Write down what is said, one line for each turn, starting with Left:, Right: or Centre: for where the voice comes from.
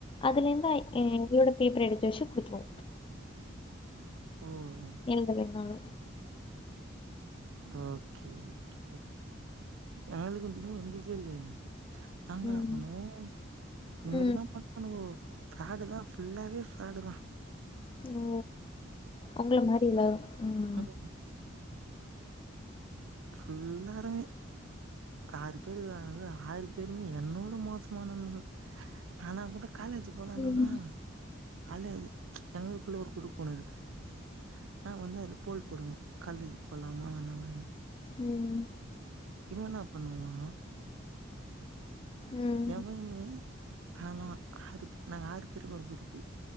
Left: அதுல இந்து ஏ எங்களோட பேப்பர் எடுத்து வச்சி குடுத்துருவோ
Right: ம் ம்
Left: எழுத னாலு
Right: ஓக்கே ஓக்கே எங்களுக்கு இன்னு <unintelligible> நாங்க
Left: ம்.
Right: பண்ணுவோ நிம்மதிதா
Left: ம்.
Right: பாத் பண்ணுவோ ஃபிராடு தா ஃபுல்லாவே ஃபிராடு தா
Left: ஓ ஒங்கள மாரியில்லா ம்
Right: ம் ஃபுல்லாரயுமே ஆறு பேருயிருக்குறங்க ஆறு பேருமே என்னோட மோசமானவனுங்க ஆனா கூட காலேஜ் போனா என்ன
Left: ம்.
Right: பண்ணுவோ கால ப் ச் எங்களுக்குள்ளே ஒரு குரூப் ஒண்ணு இருக்கு நா வந்து அதல போல் போடுவே கால்லேஜு போலாம வேணா வாணு
Left: ம்
Right: இவன் என்னா பண்ணுவா
Left: ம்.
Right: எவனுமே ஹனா ஆறு பேரு நாங்க ஆறு பேருமே ஒரு குரூப்பு